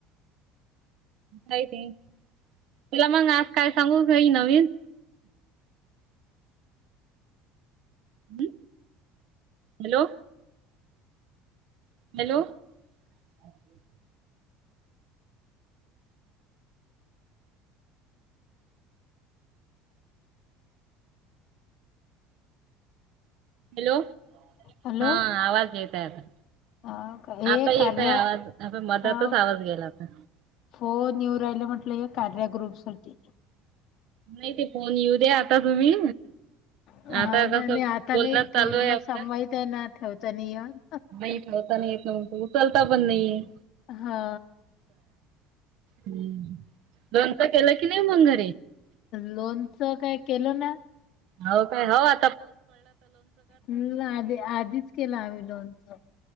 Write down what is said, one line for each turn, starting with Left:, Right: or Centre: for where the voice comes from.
Right: काय ते. तुला मग आज काय सांगू काही नवीन ह हॅलो हॅलो, अओके <inaudible> हॅलो,
Left: हॅलो
Right: हा आवाज येता आता.
Left: हा का हे
Right: आता
Left: कार्या
Right: येतय आवाज आपण मदातच
Left: हा
Right: आवाज गेला आता
Left: फोन येऊ राहिला म्हटलं हे कार्या ग्रुप साठी
Right: नाही ते फोन येऊ द्या आता तुम्ही
Left: हा
Right: आता
Left: ना
Right: कस
Left: नाही आता
Right: बोलण
Left: नाही ठेवलं
Right: चालू आहे आपल्या
Left: मग स माहित आहे ना ठेवता नाही येत
Right: येत ना उचलता पण नाही.
Left: हा
Right: हम् लोनच केल की नाही मंग घर
Left: लोनच काय केलं ना?
Right: हो काय हो आ
Left: ह आधी आधीच केला आम्ही लोनच.